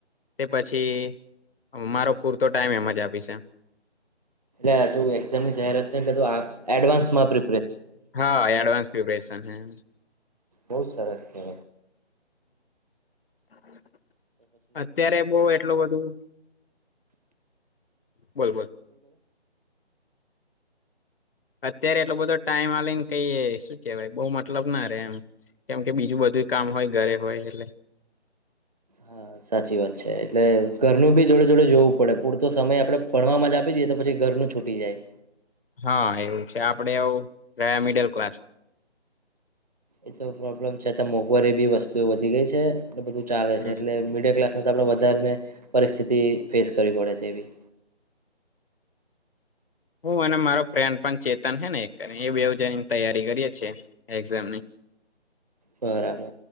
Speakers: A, on the left; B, on the right.
A: તે પછી મારો પૂરતો ટાઈમ એમ જ આપી છે
B: એટલે હુ એક્ઝામ ની જાહેરાત છે એટલે એડવાન્સમાં પ્ર
A: હા એડવાન્સ પ્રેપરેેશન હૈ
B: બહુ સાર સે
A: હમ અત્યારે બહ એટલું બધું બોલ બોલ અત્યારે એટલો બધો ટાઈમ આવીને કઈ શું કેવાય બહુ મતલબ ના રે એમ કેમ કે બીજું બધું કામ હોય ઘરે હોય એટલે
B: હા સાચી વાત છે એટલે ઘરનું ભી જોડે જોડે જોવું પડે પૂરતો સમય આપડે ભણવામાં જ આપી દઈએ તો પછી ઘરનું છૂટી જાય
A: હા એવું છે આપડે આવું ગરહ્યા મિડલ ક્લાસ
B: એ તો પ્રોબ્લેમ છેતા મોંઘવારી એ બી વસ્તુ વધી ગઈ છે એટલે બધું ચાલે
A: હમ
B: છે એટલે મિડિલ ક્લાસ આપણે વધારેને પરિસ્થિતિ ફેસ કરવી પડે છે એવી
A: હું અને મારો ફ્રેન્ડ પણ ચેતન હને એક એ બે જ તૈયારી કરીએ છેએ એક્ઝામની
B: બરાબર